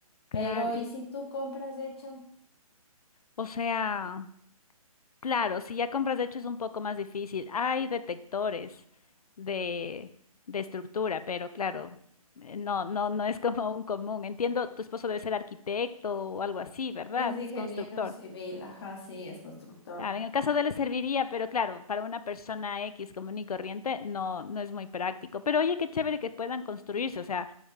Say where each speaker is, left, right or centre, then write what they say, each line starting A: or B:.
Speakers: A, on the left (about 80°); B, on the left (about 45°).
A: claro.
B: Pero,
A: y-
B: ¿y si tú compras hecho?
A: o sea, claro, si ya compras de hecho es un poco más difícil. Hay detectores de, de estructura, pero claro. eh, No, no, no es como un común. Entiendo, tu esposo debe ser arquitecto o algo así, ¿verdad?
B: Es de ingeniero
A: Es constructor.
B: civil, ajá, sí, es constructor.
A: Claro, en el caso de él le serviría, pero claro, para una persona X común y corriente no, no es muy práctico. Pero oye, qué chévere que puedan construirse, o sea,